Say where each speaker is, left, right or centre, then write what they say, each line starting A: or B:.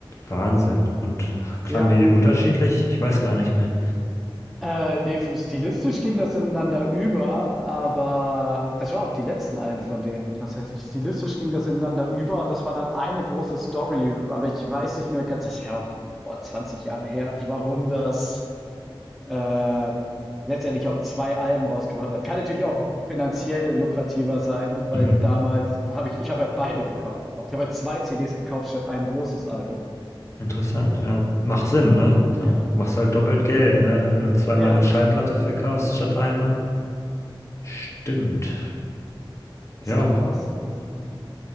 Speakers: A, on the left; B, in the centre.
A: Wahnsinn. Und klangen
B: Ja.
A: die unterschiedlich? Ich weiß gar nicht mehr.
B: Äh, ne, f stilistisch ging das ineinander über, aber das war auch die letzten Alben von denen tatsächlich. Stilistisch ging das ineinander über und das war dann eine große Story, aber ich weiß nicht mehr ganz, das ist ja auch, boah, 20 Jahre her, warum das äh, letztendlich auch zwei Alben rausgebracht hat. Kann natürlich auch finanziell lukrativer sein, weil
A: Mhm.
B: damals habe ich, ich habe halt beide gekauft. Ich habe halt zwei CDs gekauft statt ein großes Album.
A: Interessant, ja. Macht Sinn, ne? Da
B: Ja.
A: machst du halt doppelt Geld, ne? Wenn du zweimal
B: Ja,
A: eine Schallplatte verkaufst statt einmal. Stimmt. Ja,
B: das kann auch so was sein.